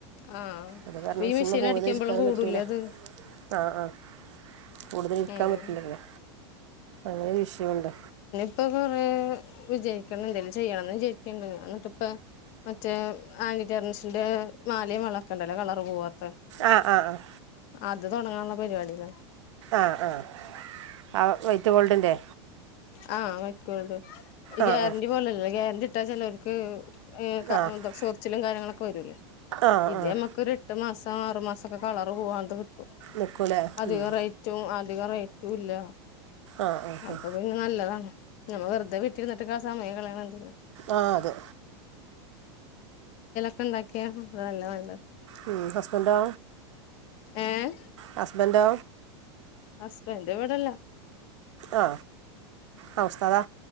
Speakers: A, on the left (about 50°); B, on the right (about 80°).
A: ആഹ്
B: അതപർഞ്ഞ്
A: ഈ
B: സിമ്മെ
A: മെഷീൻ
B: കൂട്തലിര്ക്കാനും
A: അടിക്കുമ്പോഴും കൂടൂലേ
B: പറ്റൂല
A: അത്
B: അ അ കൂട്തൽ ഇര്ക്കാൻ
A: ഉം
B: പറ്റ്ലല്ലേ അങ്ങനൊര് ഷയുണ്ട്.
A: ഇപ്പൊ കൊറേ വിചാര്ക്കണ് ന്തെങ്കിലും ചെയ്യണംന്ന് വിചാര്ക്ക്ണ്ട്. ഞാന്നിട്ട് പ്പ മറ്റേ ആന്റി റ്റാർനിഷിന്റെ മാലിം വളൊക്കണ്ടല്ലോ കളർ പോവാത്ത
B: ആഹ് ആഹ്
A: അത് തൊട്ങ്ങാള്ള പരിപാടീല.
B: അ അ. അ വൈറ്റ് ഗോൾഡിൻ്റെ?
A: ആ വൈറ്റ്ഗൊൾട്. ഇ
B: ആഹ്
A: ഗ്യാര്ന്റി പോലല്ല ഗ്യാര്ന്റിട്ടാ ചെലോര്ക്ക് ഈ ക
B: ആഹ് ആഹ്
A: ത ചൊർച്ചിലും കാര്യങ്ങളൊക്കെ വരൂലെ
B: ആഹ്
A: ഇത്
B: ആഹ്
A: നമ്മക്കൊരു എട്ട് മാസ് ആറു മാസൊക്കെ കളർ പോവാന്ത് കിട്ടും.
B: നിൽക്കൂലേ
A: അധിക
B: ഉം
A: റേറ്റും അ അധിക റേറ്റൂല്ല.
B: ആഹ് ആഹ്
A: അപ്പ പിന്നെ നല്ലതാണ്. നമ്മ വെർതെ വീട്ടിര്ന്ന ട്ട്ക സമയങ്കളയ്ണെന്തിനാ.
B: ആ അതെ.
A: ന്തൊക്കെ? ല്ല നല്ല
B: മ് ഹസ്ബന്റോ
A: ഏഹ്
B: ഹസ്ബന്റോ?
A: ഹസ്ബൻഡ് ഇവിടല്ല.
B: ആ അ ഉസ്തദാ